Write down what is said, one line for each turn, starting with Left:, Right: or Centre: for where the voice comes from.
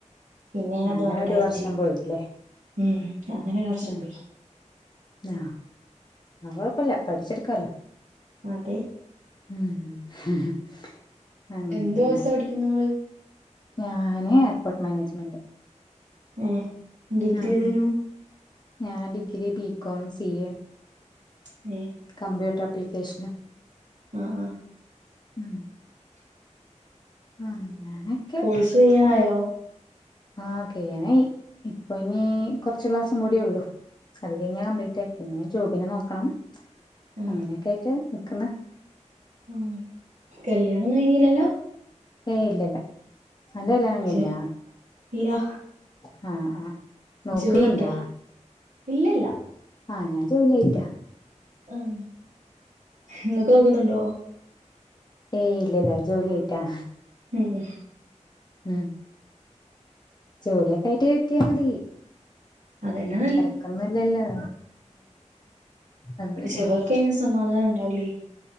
Right: പിന്നെ ഞാനത്
Left: അങ്ങനെ
Right: വാണ്ടാച്ച്
Left: ഒരു വർഷം പോയില്ലേ
Right: ഉം അങ്ങനെ ഒരു വർഷം
Left: ഉം
Right: പോയി
Left: ആ ന കുഴപ്പല്ല പഠിച്ചെടുക്കാലോ
Right: അതെ
Left: <unintelligible> അങ്ങനെ
Right: എന്തോ വസാ പിടിക്കും നിങ്ങള്
Left: ഞാന് എയർപോർട്ട് മാനേജ്മെന്റ്
Right: ഏഹ് ഡിഗ്രി
Left: ഉം
Right: ഏതേനു
Left: ഞാൻ ഡിഗ്രി ബികോം സി എ
Right: ഏഹ്
Left: കമ്പ്യൂട്ടർ അപ്ലിക്കേഷന്
Right: ആ ആഹ്
Left: ഉം ആഹ് അങ്ങനൊക്കെ
Right: വിസ കയ്യാനായോ
Left: ആ കേറി ഇപ്പൊ ഇനി കുറച്ചു ക്ലാസും കൂടി ഉള്ളു അത് കഴിഞ്ഞാ കംപ്ലീറ്റ് ആയി പിന്നെ ജോബിന് നോക്കണം
Right: ആഹ്
Left: അങ്ങനെയൊക്കെ ആയിട്ട് നിക്കുന്നു
Right: ആഹ് കല്യാണം ഒന്നും കഴഞ്ഞില്ലല്ലോ
Left: ഏയ് ഇല്ലില്ല തന്റെ കല്ല്യാണം കഴിഞ്ഞാ
Right: ജ് ഇല്ല
Left: ആഹ് ആഹ് നോക്കുന്നുണ്ടാ
Right: ജോലി കിട്ടിയാ ഇല്ല ഇല്ല
Left: ആഹ് ഞാൻ ജോലി ആയിറ്റാ
Right: ഉം ഇങ്ങക്ക് നോക്കുന്നുണ്ടോ
Left: ഏയ് ഇല്ലില്ല ജോലി ആയിട്ടാ
Right: ഉം
Left: ഉം ജോലിയൊക്കെ ആയിട്ട് കെട്ടിയാ മതി
Right: അതന്നെ
Left: തിരക്കൊന്നുംല്ലല്ലോ അതെ
Right: പഷെ അവർക്കതിന് സമാധാനം ഉണ്ടാവൂലേ